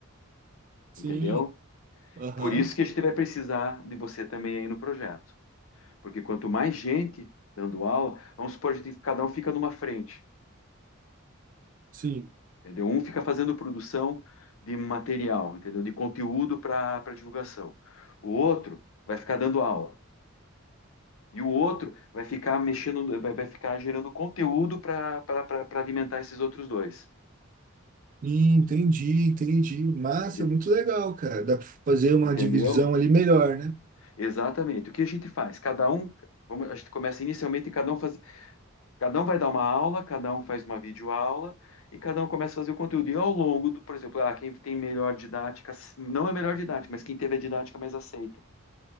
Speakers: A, on the right (about 40°); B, on the left (about 70°).
A: Sim,
B: entendeu?
A: aham,
B: Por isso que a gente vai precisar de você também aí no projeto. Porque quanto mais gente dando aula, vamos supor, a gente, cada um fica numa frente,
A: sim.
B: entendeu? Um fica fazendo produção de material, entendeu? De conteúdo para para divulgação. O outro vai ficar dando aula. E o outro vai ficar mexendo, vai, vai ficar gerando conteúdo para alimentar esses outros dois.
A: Entendi, entendi. Massa,
B: Entende-
A: muito legal, cara. Dá para fazer uma
B: Entendeu?
A: divisão ali melhor, né?
B: Exatamente. O que a gente faz? Cada um, vamos- a gente começa inicialmente, cada um faz, cada um vai dar uma aula, cada um faz uma videoaula e cada um começa a fazer o conteúdo. E ao longo do, por exemplo, ah, quem tem melhor didática, não é melhor didática, mas quem teve a didática mais aceita.